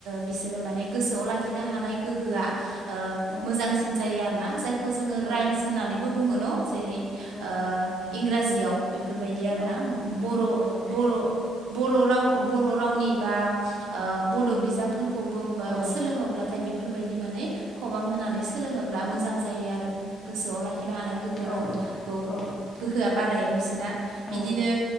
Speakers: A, on the right; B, on the left.
A: बिसोर माने गोसोआव लाखिनो हानाय गोहोआ
B: औ
A: मोजांसिन जायो आरो ना जाय खौ जोङो
B: औ
A: राइम्स होननानैबो बुङो न' जेरै ओ
B: औ
A: इंराजियाव बेफोरबायदि आरोना
B: औ
A: बर'
B: औ नंगौ
A: बर' बर' रावखौ बर' रावनि ब बद' बिजाबफोरखौबो
B: औ
A: सोलोंङोब्ला बेफोरबायदि माने खबाम होनानै सोलोङोब्ला मोजां जायो आरो गोसोआव लाखि खिनो हानाय गोहोखौ
B: औ औ
A: गोहोआ बारायो बिसोरना बिदिनो
B: औ